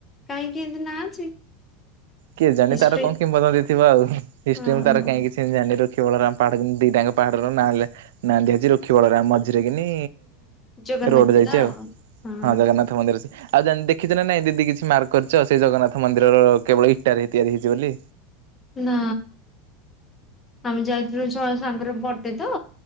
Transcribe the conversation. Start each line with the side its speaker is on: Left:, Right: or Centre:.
Left: କାହିଁକି ଏମିତି ନା ଅଛି?
Right: କିଏ ଜାଣି
Left: ହିଷ୍ଟ୍ରି
Right: ତାର କଣ କିମ୍ବନ୍ଦନ୍ତୀ ଥିବ ଆଉ ହିଷ୍ଟ୍ରି
Left: ଓହୋ
Right: ମୁଁ ତାର କାଇଁ କିିଛି କେମିତି ଜାଣିଲି ରୁଖି ବଳରାମ ପାହାଡ଼ କିନ୍ତୁ ଦିଟାଙ୍କ ପାହାଡ଼ର ନା ହେଲେ ନାଁ ଦିଆ ହେଇଛି ରୁଖି ବଳରାମ ମଝିରେ କିିନି
Left: ଜଗନ୍ନାଥ
Right: ରୋଡ଼ ଯାଇଛି
Left: ତ ହଁ
Right: ଆଉ ହଁ ଜଗନ୍ନାଥ ମନ୍ଦିର ଅଛି। ଆଉ ଯାନ ଦେଖିଛ ନା ନାଇଁ ଦିଦି କିଛି ମାର୍କ କରିଛ ସେଇ ଜଗନ୍ନାଥ ମନ୍ଦିରର କେବଳ ଇଟାରେ ହିଁ ତିଆରିହେଇଛି ବୋଲି।
Left: ନା ଆମେ ଯାଇଥିଲୁ ଛଆ ସାଙ୍ଗରେ ବଟେ ତ?